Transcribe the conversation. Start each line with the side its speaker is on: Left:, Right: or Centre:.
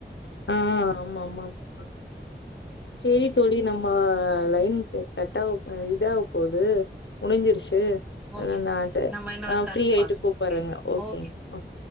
Left: ஆ ஆ ஆமா ஆமா ஆம் சேரி தோழி நம்ம லைன் கட்டாகப் இதாகப் போது முடிஞ்சிருச்சு
Centre: ஓகே
Left: இந்த
Centre: தோழி
Left: அட்ட
Centre: நம்ம இன்னொரு
Left: ஆ
Centre: கால்ல
Left: ஃப்ரீ ஆயிட்டு
Centre: பாக்
Left: கூப்பட்றேங்க
Centre: பேசலா
Left: ஓகேங்க
Centre: ஓகே தோழி